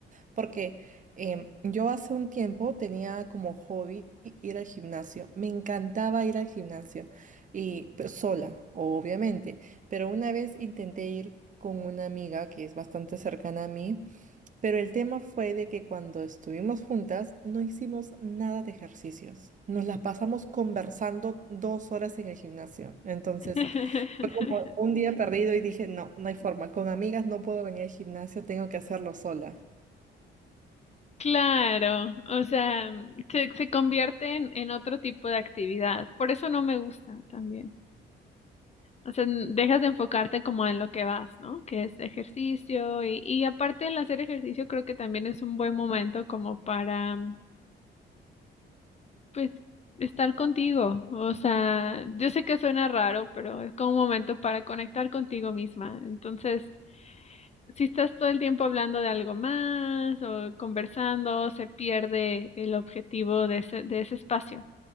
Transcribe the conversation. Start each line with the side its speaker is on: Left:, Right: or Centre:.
Right: Porque em, yo hace un tiempo tenía como hobby ir al gimnasio. Me encantaba ir al gimnasio y pues, sola, obviamente. Pero una vez intenté ir con una amiga que es bastante cercana a mí, pero el tema fue de que cuando estuvimos juntas no hicimos nada de ejercicios. Nos la pasamos conversando dos horas en el gimnasio. Entonces
Left: <laughs>
Right: fue como un día perdido y dije, no, no hay forma. Con amigas no puedo venir al gimnasio, tengo que hacerlo sola.
Left: Claro, o sea, se, se convierte en, en otro tipo de actividad. Por eso no me gusta también. O sea, n- dejas de enfocarte como en lo que vas, ¿no? Que es ejercicio y, y aparte del hacer ejercicio creo que también es un buen momento como para, pues, estar contigo. O sea, yo sé que suena raro, pero es como un momento para conectar contigo misma. Entonces... si estás todo el tiempo hablando de algo más o conversando, se pierde el objetivo de ese, de ese espacio.